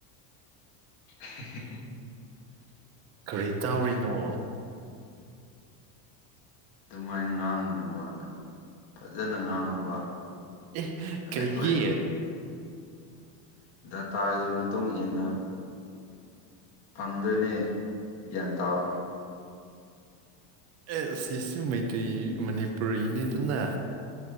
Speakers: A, on the left; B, on the right.
A: <unintelligible>
B: ꯀꯔꯤ ꯇꯥꯎꯔꯤꯅꯣ
A: ꯑꯗꯨꯃꯥꯏꯅ ꯉꯥꯡꯒꯅꯨꯕ ꯐꯖꯅ ꯉꯥꯡꯉꯣꯕ
B: ꯑꯦ ꯀꯩꯒꯤ
A: ꯑꯩꯈꯣꯏ ꯗꯇꯥꯒꯤ ꯃꯇꯨꯡ ꯏꯟꯅ ꯐꯪꯗꯣꯏꯅꯦ ꯒ꯭ꯌꯥꯟ ꯇꯥꯎ
B: ꯑꯦ ꯁꯤꯁꯨ ꯃꯩꯇꯩ ꯃꯅꯤꯄꯨꯔꯤꯅꯤꯗꯅ